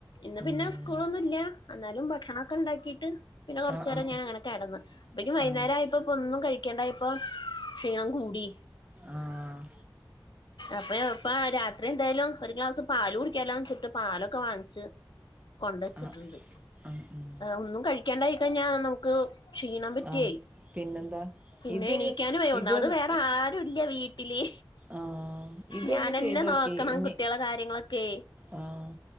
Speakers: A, on the left (about 70°); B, on the right (about 20°).
A: ഇന്ന്
B: ഉം
A: പിന്നെ സ്കൂളൊന്നും ഇല്ല എന്നാലും ഭക്ഷണൊക്കെ ഉണ്ടാക്കീട്ട് പിന്നെ കുറച്ചു
B: ആ
A: നേരം
B: ആ
A: ഞാൻ അങ്ങനെ കിടന്ന് അപ്പക്കു വൈകുന്നേരം
B: ആ
A: ആയപ്പോ ഇപ്പ ഒന്നും കഴിക്കേണ്ടായപ്പ ക്ഷീണം കൂടി
B: ആഹ്
A: അപ്പൊ ഇപ്പ രാത്രി എന്തായാലും ഒരു ഗ്ലാസ് പാല് കുടിക്കാലോ വച്ചിട്ട് പാലൊക്കെ വാങ്ങിച്ച് കൊണ്ടുവച്ചിട്ടുണ്ട്
B: ആ ആ ഉം ഉം
A: ഒന്നും കഴിക്കാണ്ടായി കഴിഞ്ഞാൽ നമുക്ക് ക്ഷീണം പറ്റിയായി
B: ആ പിന്നെന്താ
A: പിന്നെ
B: ഇത്
A: എണീക്കാൻ വയ്യ ഒന്നാമത്
B: ഇതൊന്ന്
A: വേറെ ആരും ഇല്ല വീട്ടില്
B: ആഹ് ഇതൊന്ന്
A: ഞാനെന്നെ
B: ചെയ്തോക്കിയേ
A: നോക്കണം
B: ഇനി
A: കുട്ട്യാളെ കാര്യങ്ങളൊക്കെ
B: ആഹ്